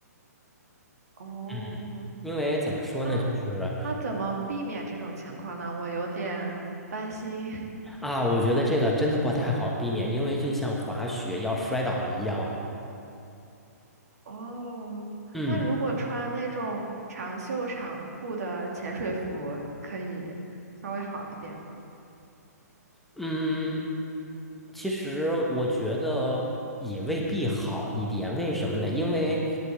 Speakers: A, on the right; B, in the centre.
A: 哦，
B: 嗯，因为怎么说呢，
A: 那那怎么避免这种情况呢？
B: 就是
A: 我有点担心。<laughs>
B: 啊，我觉得这个真的不太好避免，因为就像滑雪要摔倒一样。
A: 哦，
B: 嗯。
A: 那如果穿那种长袖长裤的潜水服，可以稍微好一点吗？
B: 嗯，其实我觉得也未必好一点，为什么呢？因为